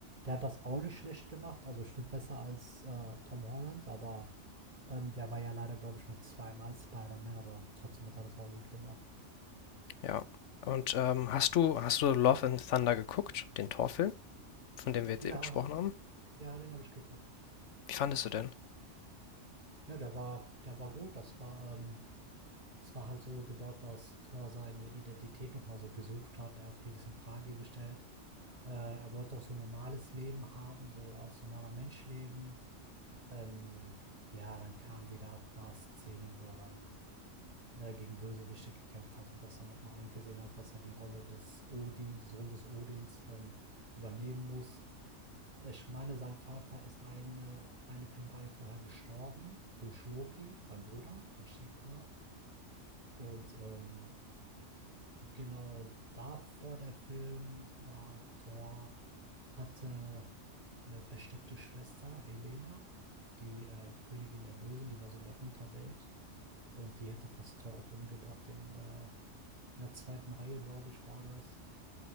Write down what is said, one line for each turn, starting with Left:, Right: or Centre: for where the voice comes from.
Right: Der hat das auch nicht schlecht gemacht. Also ich finde besser als äh, Tom Holland, aber ähm, der war ja leider, glaube ich, nur zweimal Spider-Man, aber trotzdem hat er das auch gut gemacht.
Left: Ja. Und ähm, hast du, hast du Love and Thunder geguckt, den Torfilm, von dem wir jetzt
Right: Ja,
Left: eben gesprochen haben?
Right: ja, den habe ich geguckt.
Left: Wie fandest du denn?
Right: Ja, der war, der war gut. Das war, ähm, es war halt so gebaut, dass Thor seine Identität nochmal so gesucht hat. Er hat vieles in Frage gestellt. Äh, er wollte auch so ein normales Leben haben, so als normaler Mensch leben. Ähm, ja, dann kamen wieder ein paar Szenen, wo er dann ne, gegen Bösewichte gekämpft hat und das dann nochmal eingesehen hat, dass er die Rolle des Odins, Sohn des Odins, ähm, übernehmen muss. Ich meine, sein Vater ist eine, eine Filmreihe vorher gestorben durch Loki, sein Bruder, sein Stiefbruder. Und ähm, genau davor der Film war Thor, hatte eine versteckte Schwester, Helena, die äh, Königin der Bösen, die war so in der Unterwelt. Und die hätte fast Thor auch umgebracht. In, äh, in der zweiten Reihe, glaube ich, war das.